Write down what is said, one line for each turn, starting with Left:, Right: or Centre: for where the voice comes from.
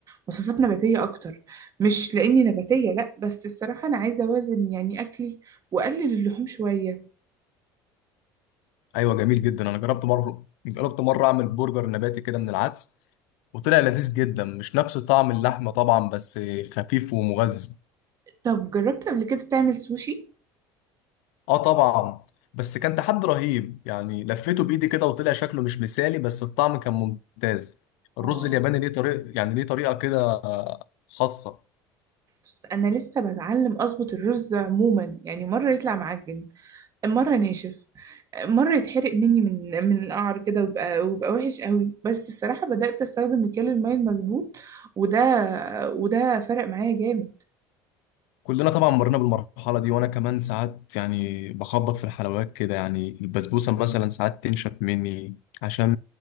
Right: وصفات نباتيه اكتر مش لاني نباتيه لا بس الصراحه انا عايزه اوازن يعني اكلي واقلل اللحوم شويه
Left: ايوه جميل جدا انا جربت مره جربت مره اعمل برجر نباتي كده من العدس وطلع لذيذ جدا مش نفس طعم اللحمه طبعا بس خفيف ومغذي
Right: طب جربت قبل كده تعمل سوشي
Left: اه طبعا بس كان تحدي رهيب يعني لفيته بايدي كده وطلع شكله مش مثالي بس الطعم كان ممتاز الرز
Right: اه
Left: الياباني ليه طريقه يعني ليه طريقه كده خاصه
Right: بس انا لسه بتعلم اظبط الرز عموما يعني مره يطلع معجن مره ناشف مره يتحرق مني من من القعر كده ويبقى ويبقى وحش قوي بس الصراحه بدات استخدم مكيال الميه المظبوط وده وده فرق معايا جامد
Left: كلنا طبعا مرينا بالمرحلة دي وأنا كمان ساعات يعني بخبط في الحلويات كده يعني البسبوسة مثلا ساعات تنشف مني عشان